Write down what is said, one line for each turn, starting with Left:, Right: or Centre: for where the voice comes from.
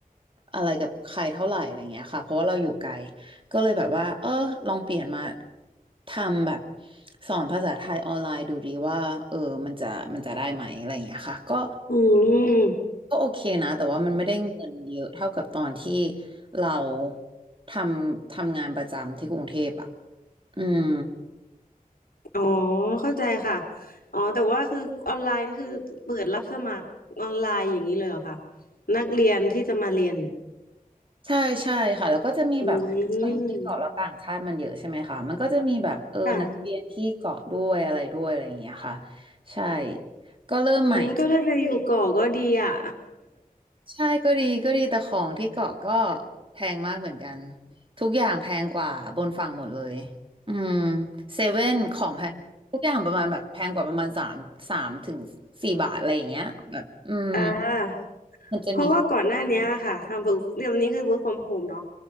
Right: อะไรกับใครเท่าไหร่อะไรอย่างเงี้ยค่ะเพราะว่าเราอยู่ไกลก็เลยแบบว่าเออลองเปลี่ยนมาทำแบบสอนภาษาไทยออนไลน์ดูดีว่าเออมันจะมันจะได้ไหมอะไรอย่างเงี้ยค่ะก็
Left: อืม
Right: ก็โอเคนะแต่ว่ามันไม่ได้เงินเยอะเท่ากับตอนที่เราทำทำงานประจำที่กรุงเทพอ่ะอืม
Left: อ๋อเข้าใจค่ะอ๋อแต่ว่าคือออนไลน์นี่คือเปิดรับสมัครออนไลน์อย่างนี้เลยเหรอคะนักเรียนที่จะมาเรียน
Right: ใช่ใช่ค่ะแล้วก็จะมีแบบเราอยู่ที่เกาะแล้วต่างชาติมันเยอะใช่ไหมคะมันก็จะมีแบบเออนักเรียนที่เกาะด้วยอะไรด้วยอะไรอย่างเงี้ยค่ะ
Left: อืมค่ะ
Right: ใช่ก็เริ่มใหม่
Left: อืมก็ได้ไปอยู่ก่อก็ดีอ่ะ
Right: ใช่ก็ดีก็ดีแต่ของที่เกาะก็แพงมากเหมือนกันทุกอย่างแพงกว่าบนฝั่งหมดเลยอืมเซเว่นของแพงทุกอย่างประมาณแบบแพงกว่าประมาณสามสามถึงสี่บาทอะไรอย่างเงี้ยแบบอืม
Left: <laughs> อ่า
Right: มันจะมี
Left: เพราะว่าก่อนหน้านี้ค่ะทำ work เดี๋ยวนี้คือ work from home เนอะ